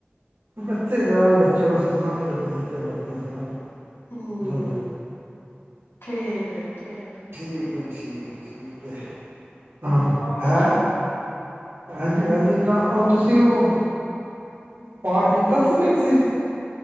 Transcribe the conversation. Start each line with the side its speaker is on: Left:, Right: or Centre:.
Right: ਬੱਚੇ ਜਾਣ ਬੱਚੇਆ ਨੂੰ ਅਸੀਂ ਮਨਾ ਨਹੀਂ ਕਰਦੇ, ਜਿੱਥੇ ਮਰਜੀ ਜਾਣ।
Left: ਹਮ,
Right: ਜੋ ਮਰਜ਼ੀ
Left: ਠੀਕ। ਹੈ। ਠੀਕ
Right: ਠੀਕ ਹੈ, ਠੀਕ-ਠੀਕ ਹੈ ਹਾਂ
Left: ਹੋਰ
Right: ਹੈਂ, ਹੈਂ? ਕੋਈ ਗੱਲ ਨੀ ਏਦਾਂ, ਉਹ ਤੁਸੀਂ ਉਹ ਪਾਠ ਕੀਤਾ ਸੀ ਫਿ ਤੁਸੀਂ?